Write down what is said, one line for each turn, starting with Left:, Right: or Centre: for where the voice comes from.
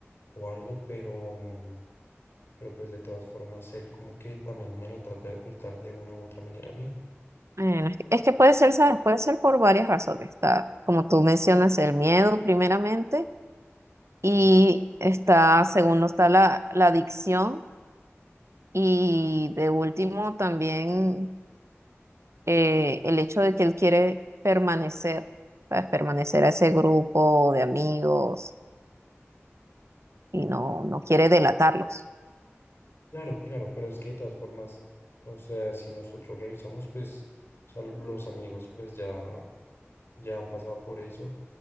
Left: o algo, pero, mm, pero pues de todas formas él como que también me lo trata de ocultar de una u otra manera a mí.
Right: Bueno, es que, es que puede ser, ¿sabes? Puede ser por varias razones. Está, como tú mencionas, el miedo primeramente, y está, segundo, está la, la adicción, y de último también eh, el hecho de que él quiere permanecer, ¿sabes? Permanecer a ese grupo de amigos y no, no quiere delatarlos.
Left: Claro, claro, pero es que de todas formas, o sea, si nosotros revisamos, pues, o sea, los amigos pues ya, ya han pasado por eso.